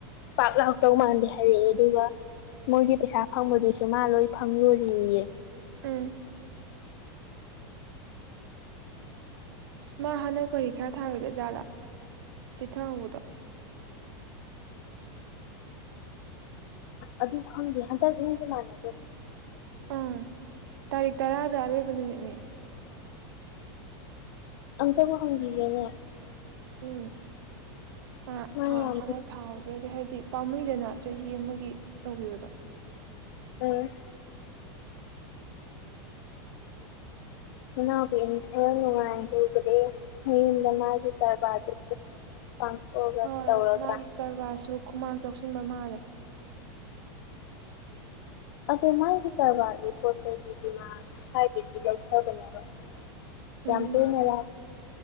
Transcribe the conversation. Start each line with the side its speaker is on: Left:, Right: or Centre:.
Left: ꯄꯥꯛ ꯂꯍꯧꯗꯧ ꯃꯥꯟꯗꯦ ꯍꯥꯏꯔꯛꯑꯦ ꯑꯗꯨꯒ ꯃꯣꯏꯒꯤ ꯄꯩꯁꯥ ꯐꯪꯕꯗꯨꯁꯨ ꯃꯥ ꯂꯣꯏ ꯐꯪꯂꯣꯔꯤꯌꯦ
Right: ꯎꯝ ꯃꯥ ꯍꯟꯗꯛ ꯄꯔꯤꯈ꯭ꯌꯥ ꯊꯥꯔꯣꯏꯗꯣꯏ ꯖꯥꯠꯂꯥ ꯆꯤꯊꯍꯧꯕꯗꯣ
Left: ꯑꯗꯨ ꯈꯪꯗꯦ ꯍꯟꯗꯛ ꯅꯣꯏꯁꯦ ꯃꯥꯟꯅꯗꯦ
Right: ꯎꯝ ꯇꯥꯔꯤꯛ ꯇꯔꯥꯗ ꯑꯔꯣꯏꯕ ꯅꯨꯃꯤꯠꯅꯦ
Left: ꯑꯝꯇꯕꯨ ꯍꯪꯕꯤꯒꯦꯅꯦ
Right: ꯎꯝ ꯑ
Left: ꯃꯥ
Right: ꯊꯥ
Left: ꯌꯥꯝ
Right: ꯍꯥꯏ ꯊꯥꯗ꯭ꯔꯗꯤ ꯍꯥꯏꯗꯤ ꯄꯥꯝꯃꯩꯗꯅ ꯆꯍꯤ ꯑꯃꯒꯤ ꯇꯧꯈꯤꯕꯗꯣ
Left: ꯎꯝ ꯃꯅꯥꯎꯕꯨ ꯑꯅꯤ ꯊꯣꯛꯣꯏꯅ ꯅꯨꯡꯉꯥꯏꯅ ꯑꯣꯏꯖꯔꯑꯦ ꯃꯌꯨꯝꯗ ꯃꯥꯒꯤ ꯀꯔꯕꯥꯔꯗꯨ ꯐꯪꯁꯒ
Right: ꯍꯣꯏ
Left: ꯇꯧꯔꯗ꯭ꯔꯥ
Right: ꯃꯥꯒꯤ ꯀꯔꯕꯥꯔꯁꯨ ꯈꯨꯃꯥꯡ ꯆꯥꯎꯁꯤꯟꯕ ꯃꯥꯜꯂꯦ
Left: ꯑꯗ ꯃꯥꯒꯤ ꯀꯔꯕꯥꯔꯒꯤ ꯄꯣꯠ ꯆꯩꯗꯨꯗꯤ ꯃꯥ ꯁ꯭ꯋꯥꯏꯗꯗꯤ ꯂꯧꯊꯕꯅꯦꯕ
Right: ꯎꯝ
Left: ꯌꯥꯝꯇ ꯃꯔ